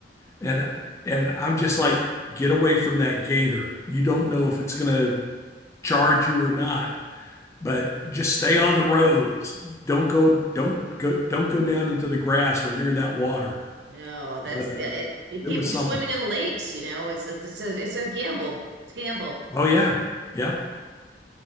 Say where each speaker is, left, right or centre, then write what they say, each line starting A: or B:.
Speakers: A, on the left (about 15°); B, on the right (about 70°).
A: and and I'm just like, get away from that gator. You don't know if it's going to charge you or not, but just stay on the road. Don't go, don't go, don't go down into the grass or near that water.
B: No, that's
A: But uh,
B: yeah, and
A: it
B: people
A: was something.
B: swimming in lakes, you know, it's it's a it's a gamble. It's a gamble.
A: Oh yeah, yeah.